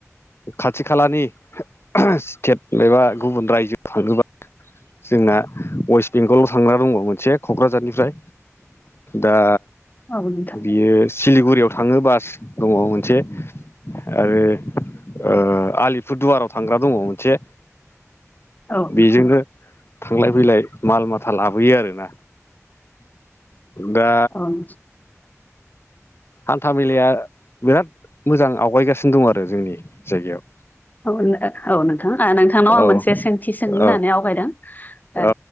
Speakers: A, on the left; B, on the left.
A: खाथि खालानि स्टेट एबा गुबुन रायजोआव थांनोबा जोंना वेस्ट बेंगलाव थांग्रा दङ मोनसे क'क्राझारनिफ्राय दा
B: औ नोंथां औ
A: बियो सिलिगुरियाव थाङो बास दङ मोनसे आरो ओ आलिपुरदुवाराव थांग्रा दङ मोनसे
B: औ नोंथां।
A: बेजोंनो थांलाय फैलाय माल माथा लाबोयो आरोना? दा
B: औ
A: हान्था मेलाया बिराद मोजां आवगायगासिनो दं आरो जोंनि जायगायाव
B: औ नोंथां नोंथांनाव
A: औ
B: आं मोनसे सोंथि सों होननानै
A: औ
B: आवगायदों ओ
A: औ